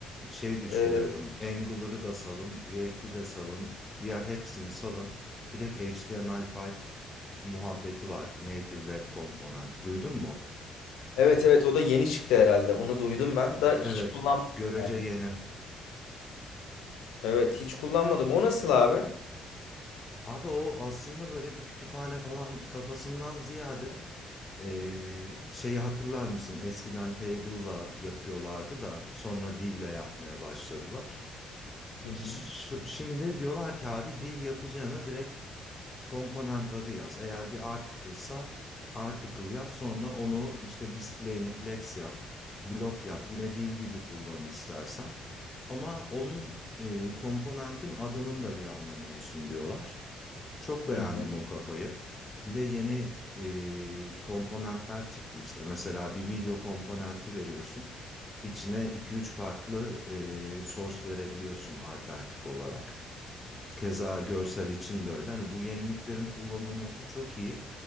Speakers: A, on the left; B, on the left.
A: şey düşünüyorum.
B: e,
A: Angular'ı da salın, React'i de salın, diğer hepsini salın. Direkt HTML5 muhabbeti var. Native Web Component. Duydun mu?
B: evet evet o da yeni çıktı herhalde. Onu duydum ben. Da hiç
A: Evet,
B: kullanmadım
A: görece
B: yani.
A: yeni.
B: Evet hiç kullanmadım. O nasıl abi?
A: Abi o aslında böyle bir kütüphane falan kafasından ziyade eee, şeyi hatırlar mısın? Eskiden Table'la yapıyorlardı da sonra Div'le yapmaya başladılar.
B: Hı hı.
A: Ş- şimdi diyorlar ki abi Div yapacağına direkt komponent adı yaz. Eğer bir article'sa article yaz sonra onu işte display'ini flex yap, block yap. Yine Div gibi kullan istersen. Ama onun eee komponentin adının da bir anlamı olsun diyorlar. Çok beğendim
B: Hı hı.
A: o kafayı. Bir de yeni e, komponentler çıktı işte. Mesela bir video komponenti veriyorsun. İçine iki üç farklı e, source verebiliyorsun alternatif olarak. Keza görsel için de öyle. Hani bu yeniliklerin kullanılması çok iyi.